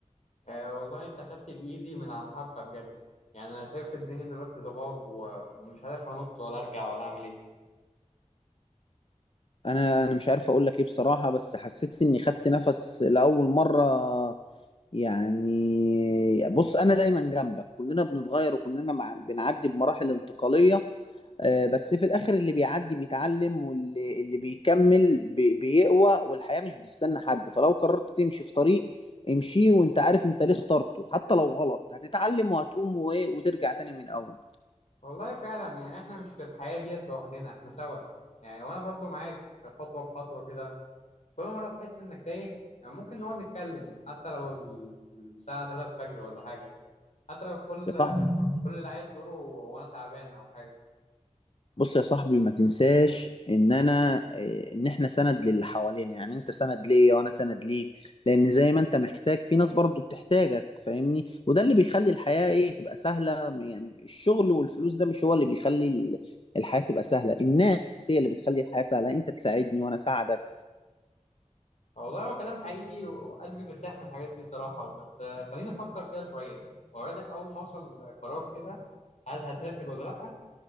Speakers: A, on the left; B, on the left.
A: آه والله انت خدت بايدي من على الحافه بجد يعني انا شايف الدنيا دلوقتي ضباب ومش عارف انط ولا ارجع ولا اعمل ايه
B: انا انا مش عارف اقول لك ايه بصراحه بس حسيت اني خدت نفس لاول مره يعني بص انا دايما جنبك كلنا بنتغير وكلنا مع بنعدي بمراحل انتقاليه آه، بس في الاخر اللي بيعدي بيتعلم واللي اللي بيكمل بي- بيقوى والحياه مش بتستنى حد فلو قررت تمشي في طريق امشي وانت عارف انت ليه اخترته حتى لو غلط هتتعلم وهتقوم و- وترجع تاني من الاول
A: والله فعلا يعني احنا مش في الحياه ديت لوحدنا احنا سوا يعني وانا برضو معاك خطوه بخطوه كده كل مره تحس انك تايه يعني ممكن نقعد نتكلم حتى لو ال- الساعه 3 الفجر ولا حاجه حتى لو كل
B: يا صح
A: كل اللي عايز تقوله هو انا تعبان او حاجه
B: بص يا صاحبي ما تنساش ان انا إيه، ان احنا سند للي حوالينا يعني انت سند ليا وانا سند ليك لان زي ما انت محتاج في ناس برضو بتحتاجك فاهمني وده اللي بيخلي الحياة ايه تبقى سهلة يعني الشغل والفلوس ده مش هو اللي بيخلي ال- الحياة تبقى سهلة الناس هي اللي بتخلي الحياة سهلة انت تساعدني وانا اساعدك
A: آه، والله هو كلام حقيقي وقلبي بيرتاح من الحاجات دي صراحه بس آه، خليني افكر كده شويه واوعدك اول ما اوصل قرار كده هل هسافر ولا لا